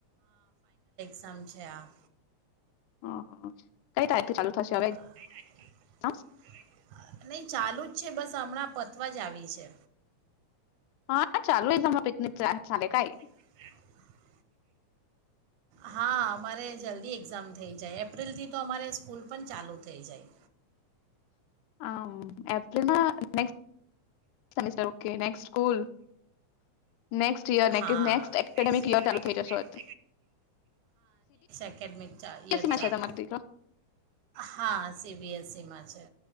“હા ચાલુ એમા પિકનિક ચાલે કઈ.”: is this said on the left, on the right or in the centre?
Left